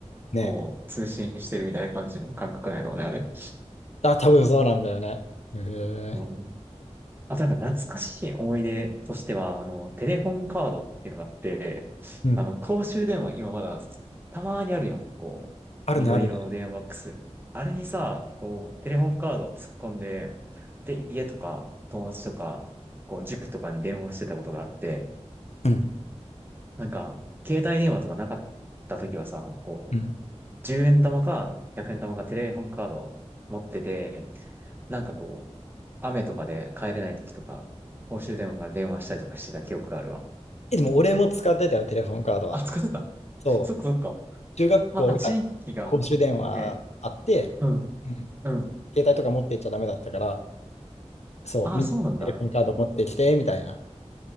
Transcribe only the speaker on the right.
こう、通信してるみたいな感じの感覚なんやろうね、あれ。
うん。あとなんか懐かしい思い出としては、あの、テレホンカードっていうのがあって、
あの、公衆電話今まだたまにあるやん、こう、
緑色の電話ボックス。
あれにさ、こう、テレホンカードを突っ込んで、で、家とか友達とか、こう、塾とかに電話してたことがあって、
なんか、携帯電話とかなかった時はさ、こう、
10円玉か100円玉かテレホンカードを持ってて、なんかこう、雨とかで帰れない時とか、公衆電話から電話したりとかしてた記憶があるわ。
あ、使ってた。
そっかそっか。
まあ、地域が、ね、うん、
うん。
ああ、
そうなんだ。